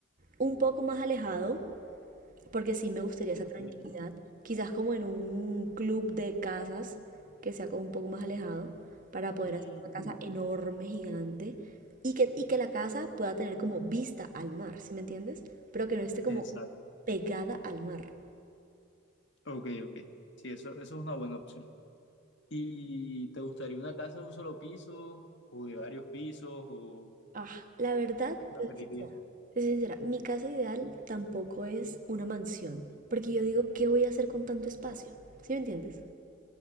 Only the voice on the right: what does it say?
un poco más alejado, porque sí me gustaría
esa tranquilidad, quizás como en un club de casas que sea como un poco más alejado, para poder
hacer una casa enorme, gigante, y que, y que la casa pueda tener como vista al mar, ¿sí me entiendes? Pero que no esté como
pegada al mar.
Ah, la verdad,
te soy sincera, te soy sincera, mi casa ideal tampoco es una mansión, porque yo digo, ¿qué voy a hacer con tanto espacio? ¿Sí me entiendes?